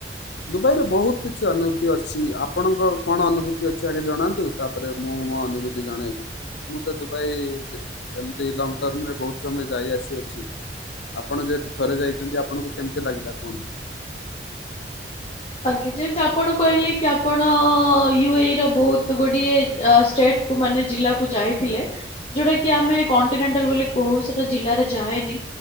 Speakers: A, on the left; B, on the left.
A: ଦୁବାଇରେ ବହୁତ କିଛି ଅନୁଭୂତି ଅଛି। ଆପଣଙ୍କର କଣ ଅନୁଭୂତି ଅଛି ଆଗେ ଜଣାନ୍ତୁ? ତାପରେ ମୁଁ ମୁଁ ମୋ ଅନୁଭୂତି ଜଣେଇବି। ମୁଁ ତ ଦୁବାଇ ଏମତି ଲଙ୍ଗ ଟର୍ମରେ ବହୁତ୍ ସମୟ ଯାଇ ଆସିଅଛି। ଆପଣ ଯେହେତୁ ଥରେ ଯାଇଛନ୍ତି ଆପଣଙ୍କୁ କେମତି ଲାଗିଲା କୁହନ୍ତୁ?
B: ଆଜ୍ଞା। ଯେମତି ଆପଣ କହିଲେ କି ଆପଣ ୟୁ ଏ ଇ ର ବହୁତ ଗୁଡିଏ ଷ୍ଟେଟ କୁ ମାନେ ଜିଲ୍ଲାକୁ ଯାଇଥିଲେ। ଯୋଉଟା କି ଆମେ କଣ୍ଟିନେଣ୍ଟାଲ ବୋଲି କହୁ, ସେଟା ଜିଲ୍ଲାରେ ଯାଏନି।